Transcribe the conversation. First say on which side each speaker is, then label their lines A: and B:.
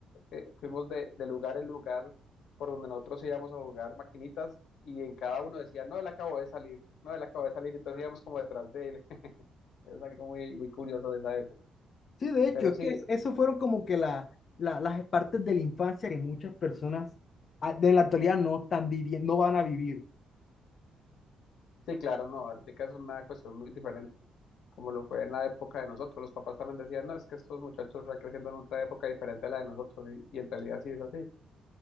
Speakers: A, on the left; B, on the left.
A: eh, fuimos de, de lugar en lugar por donde nosotros íbamos a jugar maquinitas y en cada uno decía, no, él acabó de salir, no, él acabó de salir, y entonces íbamos como detrás de él. <laughs> Es algo muy, muy curioso de esa época.
B: Sí, de hecho,
A: Pero
B: es
A: sí,
B: que es- eso fueron como que la, la- las partes de la infancia que muchas personas ah, de la actualidad no están viviendo, no van a vivir.
A: sí, claro, no, ahorita es una cuestión muy diferente. como lo fue en la época de nosotros. Los papás también decían, no, es que estos muchachos están creciendo en otra época diferente a la de nosotros, y, y en realidad sí es así,